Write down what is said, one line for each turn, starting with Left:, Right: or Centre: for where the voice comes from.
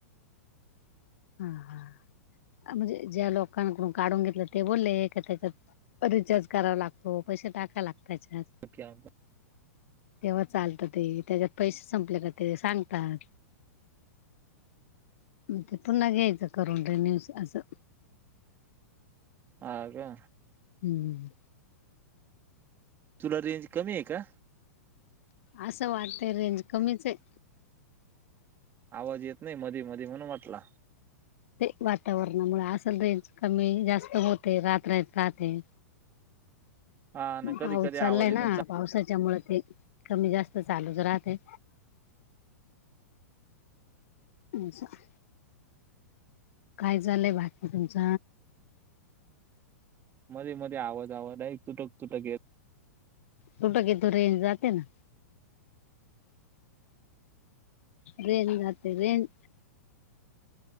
Left: हा हा म्हणजे ज्या लोकांकडून काढून घेतलं ते बोले का तेच्या रिचार्ज करावा लागतो पैसे टाकायला पाहिजे.
Right: <unintelligible>
Left: तेव्हा चालतं ते त्याच्यात पैसे संपले का ते सांगतात. मग ते पुन्हा घ्यायचं करून तेनं आस आसं.
Right: हा का
Left: हम्.
Right: तुला रेंज कमी आहे का?
Left: आसं वाटतंय रेंज कमीच हे.
Right: आवाज येत नाही मधीमधी म्हणून म्हटला.
Left: ते वातावरणामुळे आसल रेंज कमी जास्त होते <unintelligible> राहते.
Right: हा ना कधी
Left: पाऊस
Right: कधी
Left: चालाय
Right: आवाज येतो
Left: ना
Right: चा
Left: पावसाच्या मूळ ते कमी जास्त चालूच राहतय. <unintelligible> काय चालय बाकी तुमच?
Right: मध्येमध्ये आवाज आवाज तुटक तुटक येत
Left: तुटक येतो रेंज जाते ना. रेंज जाते रेंज.